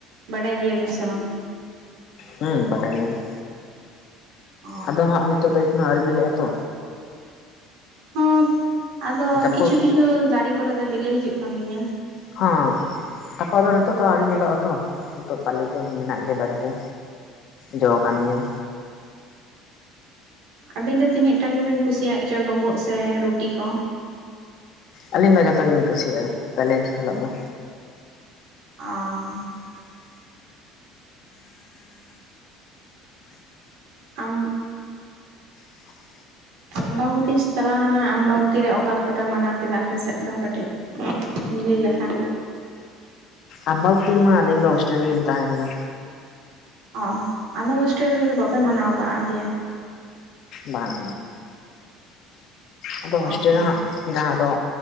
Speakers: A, on the right; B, on the left.
A: ᱵᱟᱰᱟᱭ ᱜᱮᱭᱟ ᱵᱤᱱ ᱥᱮ ᱵᱟᱝ?
B: ᱦᱮᱸ ᱵᱟᱰᱟᱭ ᱜᱮᱭᱟ ᱞᱤᱧ
A: ᱚ
B: ᱟᱫᱚ ᱦᱟᱜ ᱱᱤᱛᱚᱜ ᱫᱚ ᱮᱠᱷᱚᱱᱳ ᱟᱹᱣᱨᱤ ᱵᱤᱞᱤᱜᱼᱟ ᱛᱚ᱾
A: ᱦᱚᱸ ᱟᱫᱚ
B: ᱡᱟᱹᱯᱩᱫ
A: ᱠᱤᱪᱷᱩ ᱠᱤᱪᱷᱩ ᱫᱟᱨᱮ ᱠᱚᱨᱮ ᱫᱚ ᱵᱤᱞᱤ ᱦᱤᱡᱩᱜ ᱠᱟᱱ ᱜᱮᱭᱟ᱾
B: ᱦᱟᱸ ᱛᱟᱯᱚᱨ ᱫᱚ ᱱᱤᱛᱚᱜ ᱫᱚ ᱟᱣᱨᱤ ᱧᱮᱞᱚᱜᱼᱟ ᱛᱚ ᱱᱤᱛᱚᱜ ᱛᱟᱞᱮ ᱫᱚ ᱢᱮᱱᱟᱜ ᱜᱮᱭᱟ ᱫᱟᱨᱮ ᱨᱮ ᱡᱚ ᱠᱟᱱ ᱜᱮᱭᱟ᱾
A: ᱟᱹᱵᱤᱱ ᱫᱚ ᱛᱤᱱᱟᱹᱜ ᱴᱟ ᱜᱮᱵᱤᱱ ᱠᱩᱥᱤᱭᱟᱜ ᱜᱮᱪᱚ ᱰᱩᱢᱵᱩᱜ ᱥᱮ ᱨᱩᱴᱤ ᱠᱚ?
B: ᱟᱹᱞᱤᱧ ᱫᱚ ᱡᱚᱛᱚ ᱜᱮᱞᱤᱧ ᱠᱩᱥᱤᱭᱟᱜᱼᱟ ᱛᱟᱞᱮ ᱥᱟᱞᱟᱜ ᱫᱚ
A: ᱚᱻ ᱟᱢᱻ
B: <inaudible>
A: ᱟᱢᱵᱟᱵᱚᱛᱤ ᱪᱟᱞᱟᱣᱱᱟ ᱟᱢᱵᱟᱵᱚᱛᱤ ᱨᱮ ᱚᱠᱟ ᱞᱮᱠᱟ ᱯᱮ ᱢᱟᱱᱟᱣ ᱠᱮᱫᱟ ᱟᱯᱮ ᱥᱮᱫ ᱫᱚ ᱠᱟᱹᱴᱤᱡ? <unintelligible> ᱞᱮ ᱞᱮᱠᱷᱟᱱ
B: ᱟᱸᱵᱟᱵᱩᱛᱤ ᱨᱮᱢᱟ ᱟᱞᱤᱧ ᱫᱚ ᱦᱳᱥᱴᱮᱞ ᱨᱮᱞᱤᱧ ᱛᱟᱦᱮᱸ ᱠᱟᱱᱟ᱾
A: ᱚ ᱟᱫᱚ ᱦᱳᱥᱴᱮᱞ ᱨᱮᱜᱮ ᱫᱚ ᱵᱟᱯᱮ ᱢᱟᱱᱟᱣ ᱠᱟᱜᱼᱟ ᱜᱮᱭᱟ?
B: ᱵᱟᱝ ᱟᱫᱚ ᱦᱳᱥᱴᱮᱞ
A: ᱚ
B: ᱨᱮ ᱦᱟᱸᱜᱼᱼ ᱡᱟᱦᱟᱸ ᱫᱚ